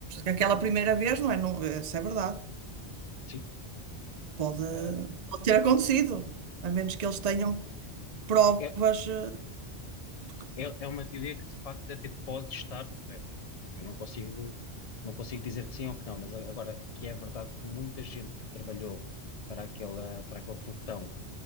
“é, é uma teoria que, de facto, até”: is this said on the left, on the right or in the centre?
Left